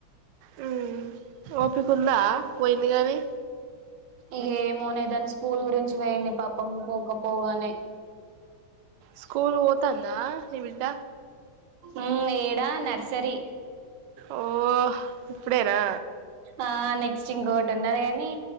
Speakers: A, on the right; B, on the right.
A: మ్మ్ ఓపికుందా పోయింది గాని
B: ఈ ఏమోనే దాని స్కూల్ గురించి పొయ్యింది పాపం పోకపోగానే
A: స్కూల్ పోతందా నీ బిడ్డ
B: ఉంది ఈడ నర్సరీ
A: ఓ ఇప్పుడేనా
B: ఆ నెక్స్ట్ ఇంకొకటి ఉన్నది గానీ